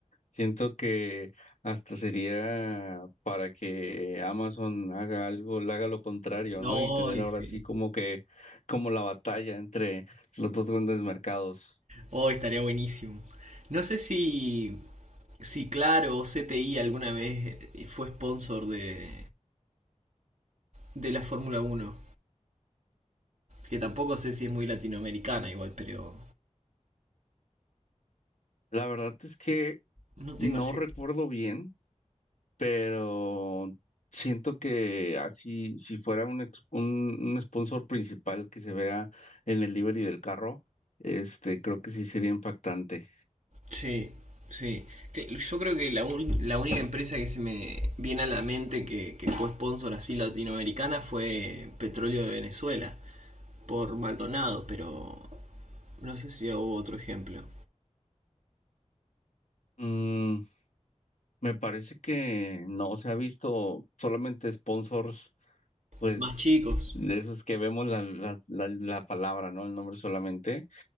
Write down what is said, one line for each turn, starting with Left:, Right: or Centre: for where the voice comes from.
Left: Siento que hasta sería para que Amazon haga algo, le haga lo contrario, ¿no?
Right: Hoy
Left: Y tener ahora
Right: sí.
Left: sí como que, como la batalla entre los dos grandes mercados.
Right: hoy estaría buenísimo. No sé si, si Claro o C T I alguna vez fue sponsor de, de la Fórmula Uno Que tampoco sé si es muy latinoamericana igual, pero
Left: La verdad es que
Right: no tengo
Left: no
Right: así.
Left: recuerdo bien, pero siento que así, si fuera un, ex- un, un sponsor principal que se vea en el livery del carro, este, creo que sí sería impactante.
Right: Sí, sí. Que- Yo creo que la, un- la única empresa que se me viene a la mente que, que fue sponsor así latinoamericana fue Petróleo de Venezuela, por Maldonado, pero no sé si hubo otro ejemplo.
Left: Mm, Me parece que no se ha visto solamente sponsors, pues
Right: Más chicos.
Left: de esos que vemos la, la, la, la palabra, ¿no? El nombre solamente,